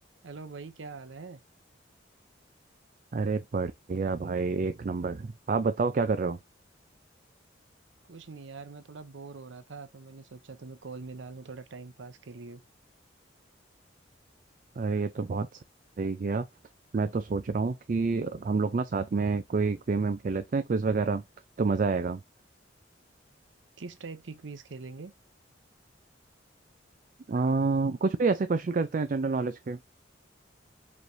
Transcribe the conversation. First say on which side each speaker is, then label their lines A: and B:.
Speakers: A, on the right; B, on the right.
A: Hello भाई क्या हाल है
B: अरे बढ़िया भाई एक नंबर आप बताओ क्या कर रहे हो
A: कुछ नहीं यार मैं थोड़ा बोर हो रहा था तो मैंने सोचा तुम्हें कॉल मिला लूं थोड़ा टाइम पास के लिए
B: अरे ये तो बहुत सही किया मैं तो सोच रहा हूँ कि हम लोग ना साथ में कोई गेम वेम खेल लेते हैं क्विज वगैरह तो मज़ा आएगा
A: किस टाइप की क्विज खेलेंगे
B: आ, कुछ भी ऐसे क्वेश्चन करते हैं जनरल नॉलेज के